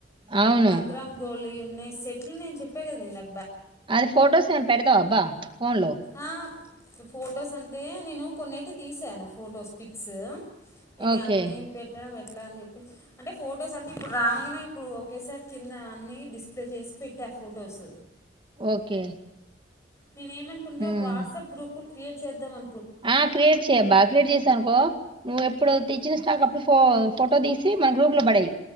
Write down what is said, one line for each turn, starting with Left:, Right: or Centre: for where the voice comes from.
Right: అవును
Left: వన్ గ్రామ్ గోల్ ఉ నే సెట్లు నేను చెప్ప కదా ఇందా
Right: అది ఫొటోస్ ఏమన పెడతావా అబ్బా ఫోన్ లో
Left: ఆ ఫొటోస్ అంటే నేను కొన్నియితే తీసాను ఫొటోస్ పిక్స్ ఇగా
Right: ఓకే
Left: అన్ని పెట్టడం ఎట్లా అని చెప్పే అంటే ఫొటోస్ అంటే ఇప్పుడు రాగానే ఇప్పుడు ఒకేసారి కింద అన్ని డిస్ప్లే చేసి పెట్టారు ఫొటోస్
Right: ఓకే
Left: నేను ఏమనుకుంట
Right: ఉమ్.
Left: ఒక వాట్సాప్ ప్పు క్రియేట్ చేద్దాం అ
Right: ఆ క్రియేట్ చేయ్యబ్బా క్రియేట్ చేసానుకో నువ్వు ఎ ఇప్పుడు తెచ్చిన స్టాక్ అప్పుడు ఫో ఫొటో తీసి మన గ్రూప్ లో పడేయ్